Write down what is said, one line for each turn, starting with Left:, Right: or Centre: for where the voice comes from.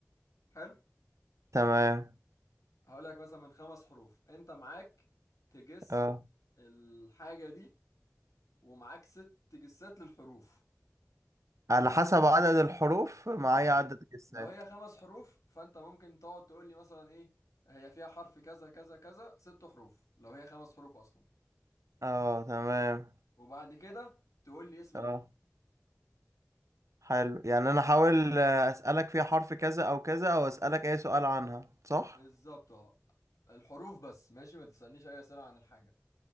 Left: حلو
Right: تمام
Left: هقول لك مثلا من خمس حروف انت معاك تجس
Right: اه
Left: الحاجة دي ومعاك ست جسات للحروف
Right: على حسب عدد الحروف معايا
Left: اه يعني
Right: عدد الجسات
Left: لو هي خمس حروف فانت ممكن تقعد تقول لي مثلا ايه هي فيها حرف كذا كذا كذا ست حروف لو هي خمس حروف اصلا
Right: اه تمام
Left: وبعد كده تقول لي اسم
Right: اه
Left: الحاجة
Right: حلو يعني انا احاول آه، اسالك فيها حرف كذا او كذا او اسالك اي سؤال عنها صح
Left: بالظبط اه الحروف بس ماشي ما تسألنيش اي أسئلة عن الحاجة